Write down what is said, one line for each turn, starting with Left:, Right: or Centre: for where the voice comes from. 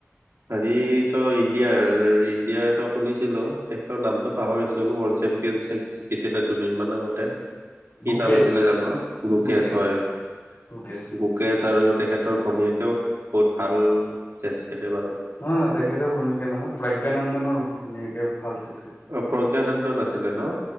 Right: হেৰি তো ইণ্ডিয়াৰ ইণ্ডিয়াৰ তো শুনিছিলো তেখেতৰ নামটোো পাহৰিছো ৱৰ্ল্ড চেম্পিয়নশ্বিপ জিকিছিলে দুদিনমান আগতে। কি
Left: গুকেশ
Right: নাম আছিলে জানো গোকেশ
Left: গুকেশ
Right: হয়
Left: গুকেশ
Right: সুকেজ আৰু তেখেতৰ ভনীয়েকেও বহুত ভাল চেচ খেলেে বাৰু।
Left: নহয় নহয় তেখেতৰ ভুনীয়াকে নহয় প্ৰজ্ঞানন্দনৰ ভুনীয়াকে ভাল চৃষ্ট
Right: অ প্ৰজ্ঞানন্দন আছিলে ন!